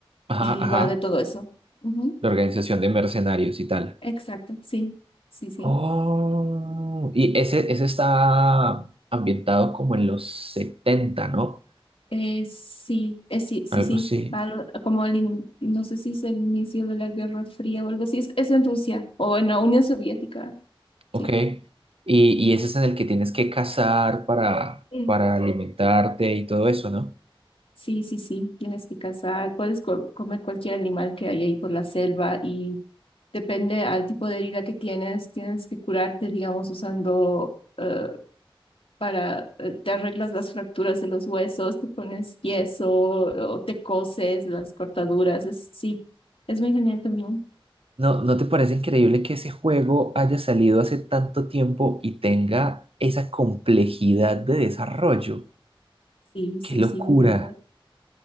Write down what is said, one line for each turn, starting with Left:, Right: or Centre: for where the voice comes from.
Right: ajá,
Left: y
Right: ajá,
Left: va de todo eso. Ujú,
Right: la organización de mercenarios y tal.
Left: Exacto, sí, sí, sí.
Right: Oh, y ese, ese está ambientado como en los 70, ¿no?
Left: Eh, sí, eh, sí, sí,
Right: Algo
Left: sí.
Right: así,
Left: Va lo- como el, in- no sé si es el inicio de la Guerra Fría o algo así, es, es en Rusia o en la Unión Soviética,
Right: ok.
Left: sí.
Right: Y, y ese es en el que tienes que cazar para,
Left: Ujú.
Right: para alimentarte y todo eso, ¿no?
Left: Sí, sí, sí, tienes que cazar, puedes co- comer cualquier animal que hay ahí por la selva y depende al tipo de herida que tienes, tienes que curarte, digamos, usando eh, para, eh, te arreglas las fracturas de los huesos, te pones yeso o te coses las cortaduras, es, sí, es muy genial también.
Right: ¿No, no te parece increíble que ese juego haya salido hace tanto tiempo y tenga esa complejidad de desarrollo?
Left: Sí, sí,
Right: ¡Qué locura!
Left: sí, la verdad.